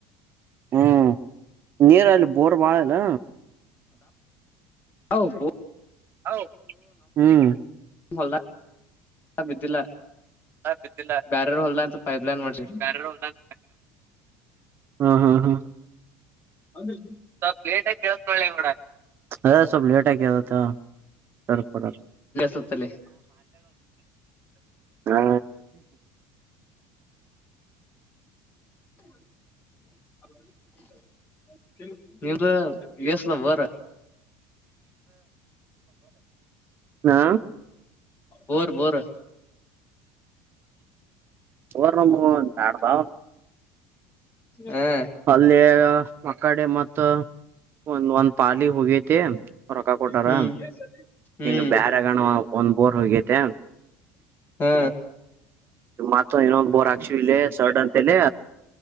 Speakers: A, on the right (about 45°); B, on the left (about 35°).
A: ಹ್ಮ್ ನೀರ ಅಲ್ಲಿ ಬೋರ್ ಬಾಳ್ ಅದ.
B: <inaudible>
A: ಹ ಹ್ಮ್.
B: ಹೋಲ್ಡಾಗ್. ಬಿದ್ದಿಲ್ಲ.
A: ಬಿದ್ದಿಲ್ಲ
B: ಬ್ಯಾರ್ ಹೊಲ್ದ ಸ್ವಲ್ಪ ಪೈಪ್ ಲೈನ್ ಮಾಡ್ಸಿ.
A: ಬ್ಯಾರೆರ್ ಹೊಲ್ದಾಗ ಹಾ ಹಾ ಹಾ
B: ಅಂದ್ರೆ
A: ಸ್ವಲ್ಪ ಲೇಟೆಗಿ ಕೇಳಿಸ್ಕೊ ಸ್ವಲ್ಪ್ ಲೇಟ ಆಗಿ ಕೇಳಿಸ್ಕೊಳ್ಳಿ ಬಿಡೋ.
B: ಸುತ್ತಲ್ಲಿ
A: ಹಾ
B: <unintelligible>
A: ಹಾ.
B: Bore bore.
A: ಬೋರ್ ಒಂದು <unintelligible>
B: ಹಾ
A: ಅಲ್ಲಿ ಮಕ್ಕಡೆ ಮತ್ತ್ ಒಂದ ಒಂದ್ ಪಾಣಿ ಹೋಗೇತಿ. ರೊಕ್ಕ ಕೊಟಾರ
B: ಹ್ಮ್ ಹ್ಮ್
A: ಹಿಂಗ
B: ಹ್ಮ್
A: ಬ್ಯಾರಗಣ ಒಂದ್ ಬೋರ್ ಹೋಗೇತೆ..
B: ಹಾ
A: ಮತ್ತ್ ಇನ್ನೊಂದ್ ಬೋರ್ ಹಾಕ್ಸಿ ಇಲ್ಲಿ ಸರ್ಡ್ ಅಂತಲೆ